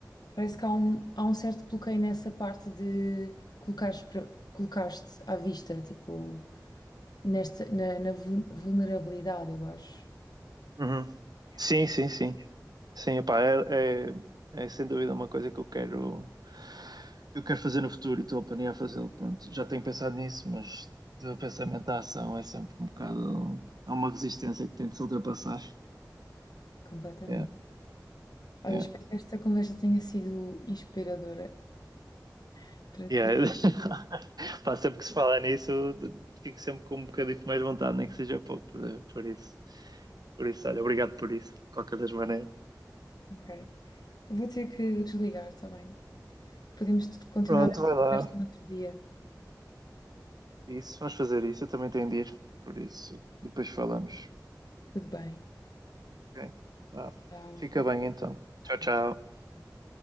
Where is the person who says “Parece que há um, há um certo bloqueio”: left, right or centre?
Left